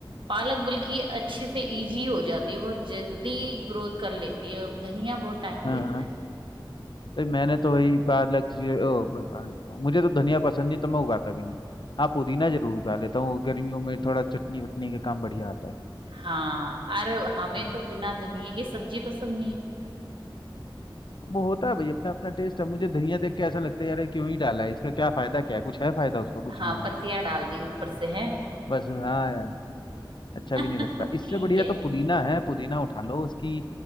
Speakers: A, on the right (about 70°); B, on the left (about 65°).
A: पालक बल्कि अच्छे से इजी हो जाती है बहुत जल्दी ग्रोथ कर लेती है धनिया बहुत टाइम
B: हाँ
A: लेती
B: हाँ
A: है
B: भाई मैंने तो वही पालक जो ओ ब- पालक कह रहा हूँ। मुझे तो धनिया पसंद नहीं तो मैं उगाता भी नहीं हाँ पुदीना जरूर उगा लेता हूँ गर्मियों में थोड़ा चटनी वटनी का काम बढ़िया आता है
A: हाँ अरे हमें
B: हाँ।
A: तो बिना धनिए की सब्जी पसंद नहीं है
B: वो होता है भाई अपना अपना टेस्ट है मुझे धनिया देख के ऐसा लगता है यार ये क्यों ही डाला है इसका क्या फायदा क्या है कुछ है फायदा उसका कुछ
A: हाँ
B: नहीं
A: पत्तियां
B: है
A: डाल दी ऊपर से है
B: बस हाँ यार अच्छा भी नहीं
A: <laughs>
B: लगता इससे
A: ठीक
B: बढ़िया
A: है
B: तो पुदीना है पुदीना उठा लो उसकी